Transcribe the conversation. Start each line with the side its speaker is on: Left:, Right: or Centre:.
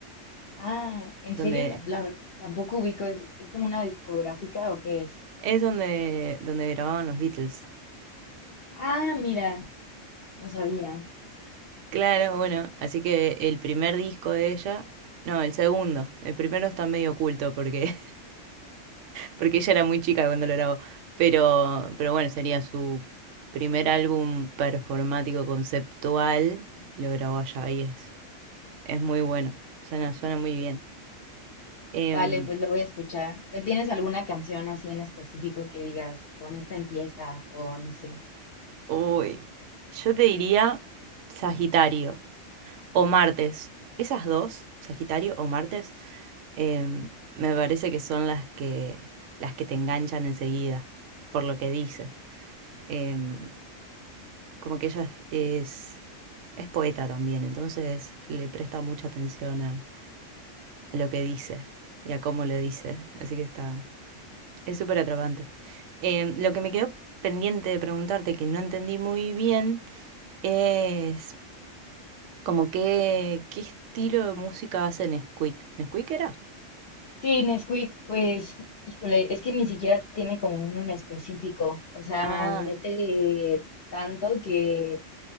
Left: Ah, en
Right: donde
Left: serio, no, la verdad, tampoco ubico, ¿es, es como una discográfica o qué es?
Right: es donde, donde grababan los Beatles.
Left: Ah, mira, no sabía.
Right: Claro, bueno, así que el primer disco de ella, no, el segundo, el primero está medio oculto porque porque ella era muy chica cuando lo grabó. Pero, pero bueno, sería su primer álbum performático conceptual. Lo grabó allá y es, es muy bueno. Suena, suena muy bien. Em,
Left: Vale, pues lo voy a escuchar. ¿Pero ¿Tienes alguna canción así en específico que digas, con esta empieza o no sé?
Right: uy, yo te diría Sagitario o Martes. Esas dos, Sagitario o Martes, em, me parece que son las que, las que te enganchan enseguida, por lo que dice. Em, como que ella es, es poeta también, entonces le presta mucha atención a, a lo que dice y a cómo lo dice, así que está, es súper atrapante. Eh, lo que me quedó pendiente de preguntarte, que no entendí muy bien, es como qué, qué estilo de música hace Nesquik. ¿Nesquik era?
Left: Sí, Nesquik, pues, híjole, es que ni siquiera tiene como uno en específico. O sea,
Right: Ah,
Left: mete tanto que,